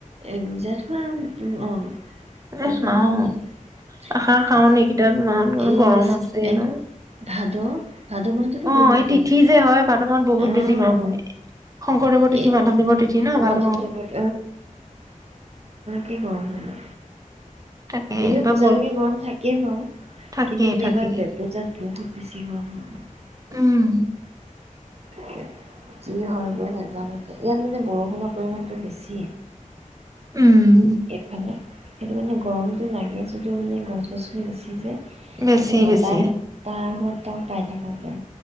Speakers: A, on the right; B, on the right.
A: এ জেঠ মাহ অ
B: জেঠ
A: জেঠমা
B: মাহ
A: সোমালে
B: অ আহাৰ
A: তাত
B: শাওণ নেকি এইকেইটাত মাহত
A: এই
B: গৰম আছে
A: এক
B: ন
A: ভাদ ভাদ মাহততো
B: অ
A: বহুত
B: এই
A: গৰম
B: তিথি যে হয় ভাদ বহুত
A: আহ
B: বেছি গৰম হয় শংকৰদেৱৰ তিথি
A: এ
B: মাধৱদেৱৰ তিথি ন ভাদৰ
A: মাধৱদেৱত
B: মাহত
A: কি কৰোঁ মানে
B: তাকে
A: এনেও
B: এইবাৰ
A: পূজালৈকে গৰম থাকেই বাৰু
B: থাকেই
A: কিন্তু মানে
B: থাকেই
A: এইবাৰ পূজাত বহুত বেছি গৰম হ'ব
B: উম
A: <unintelligible> যি হয় গৈ নাজানোতে ইয়াত মানে বৰষুণৰ পৰিমাণটো বেছি
B: উম
A: এইফালে সেইটো কাৰণে গৰমটো লাগে যদিও মানে গছ গছনি বেছি যে
B: বেছি
A: মানে বতাহ
B: বেছি
A: তাহেত তও পাই থকা কে